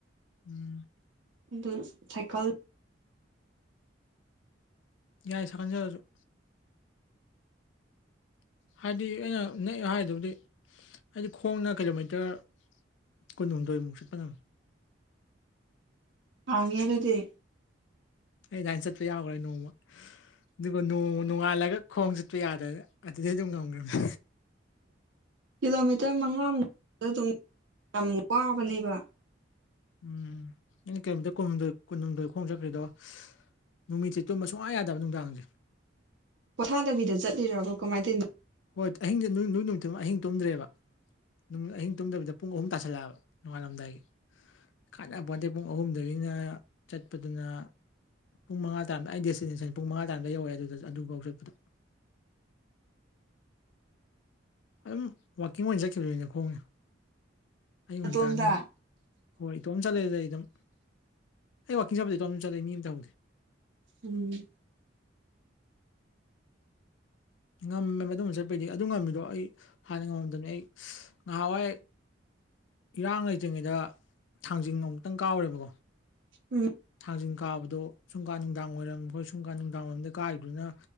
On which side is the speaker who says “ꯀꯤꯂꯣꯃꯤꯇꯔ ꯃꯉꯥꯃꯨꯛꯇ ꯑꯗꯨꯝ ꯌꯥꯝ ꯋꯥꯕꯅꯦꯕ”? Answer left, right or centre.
Right